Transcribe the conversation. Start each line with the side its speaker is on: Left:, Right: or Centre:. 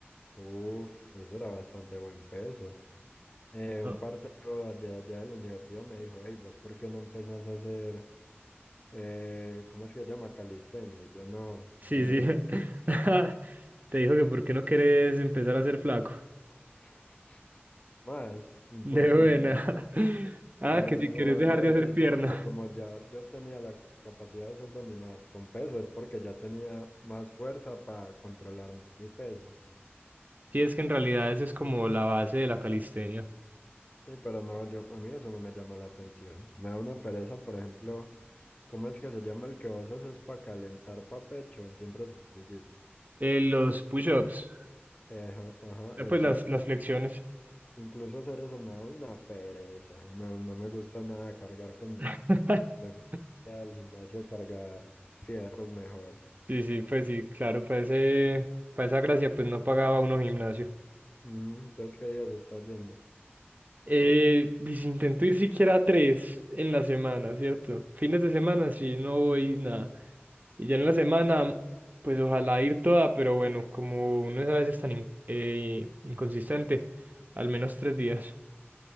Left: Uf, eso era bastante buen peso. Eh,
Right: Ah,
Left: un parcero allá, allá de la universidad me dijo, hey, ¿vos por qué no empezás a hacer, eh, ¿cómo es que se llama? Calistenia. Y yo no,
Right: Sí,
Left: eso no es
Right: sí.
Left: lo
Right: <laughs> Te dijo que por qué no querés empezar a ser flaco.
Left: <laughs> más, imposible.
Right: De buena. <laughs> Ah,
Left: Pero
Right: que si
Left: no,
Right: quieres dejar
Left: él lo
Right: de
Left: decía
Right: hacer
Left: es
Right: pierna.
Left: porque como ya yo tenía la capacidad de ser dominadas con peso, es porque ya tenía más fuerza para controlar mi peso.
Right: Sí, es que en realidad esa es como la base de la calistenia.
Left: Sí, pero no, yo, a mí eso no me llama la atención. Me da una pereza, por ejemplo, ¿cómo es que se llama el que vos haces para calentar pa' pecho? Siempre se me olvida.
Right: Eh, los push-ups,
Left: Eja, Ajá,
Right: eh, pues
Left: esos.
Right: las, las flexiones.
Left: Incluso hacer eso me da una pereza. No, no me gusta nada cargar con...
Right: <laughs>
Left: prefiero ir Al gimnasio cargar fierros mejor.
Right: Sí, sí, pues sí, claro, para ese, para esa gracia pues no pagaba uno gimnasio.
Left: Ujú, Entonces, ¿qué día se está yendo?
Right: Eh, y si intento ir siquiera tres en la semana, ¿cierto? Fines de semana sí, no voy nada. Y ya en la semana, pues ojalá ir toda, pero bueno, como uno es a veces tan in- eh, inconsistente, al menos tres días.